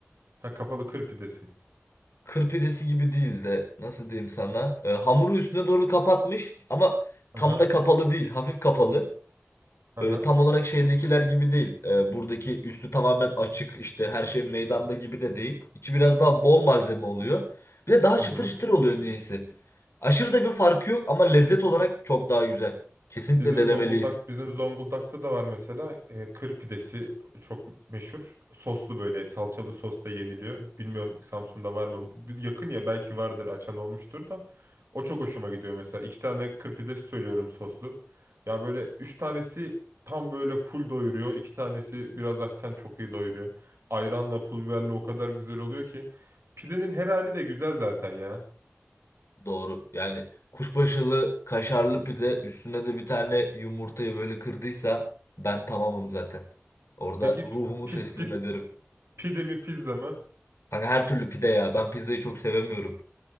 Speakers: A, on the right (about 70°); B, on the left (about 80°).
A: Ha kapalı kır pidesi.
B: Kır pidesi gibi değil de nasıl diyeyim sana? E, hamuru üstüne doğru kapatmış ama
A: Aha.
B: tam da kapalı değil. Hafif kapalı.
A: Aha.
B: Böyle tam olarak şeydekiler gibi değil. Ee, buradaki üstü tamamen açık işte her şey meydanda gibi de değil. İçi biraz daha bol malzeme oluyor. Bir de daha
A: Aha.
B: çıtır çıtır oluyor niyeyse. Aşırı da bir farkı yok ama lezzet olarak çok daha güzel. Kesinlikle
A: Bizim
B: denemeliyiz.
A: Zonguldak, bizim Zonguldak'ta da var mesela e, kır pidesi çok meşhur. Soslu böyle salçalı sosla yeniliyor. Bilmiyorum Samsun'da var mı? Yakın ya belki vardır açan olmuştur da. O çok hoşuma gidiyor mesela. İki tane kır pidesi söylüyorum soslu. Ya böyle üç tanesi tam böyle full doyuruyor. İki tanesi biraz açsan çok iyi doyuruyor. Ayranla pul biberle o kadar güzel oluyor ki. Pidenin her hali de güzel zaten ya.
B: Doğru. Yani kuşbaşılı kaşarlı pide üstüne de bir tane yumurtayı böyle kırdıysa ben tamamım zaten. Orada
A: Peki
B: ruhumu
A: pi- pi-
B: teslim
A: pi-
B: ederim.
A: pide mi pizza mı?
B: Kanka her türlü pide ya. Ben pizzayı çok sevemiyorum.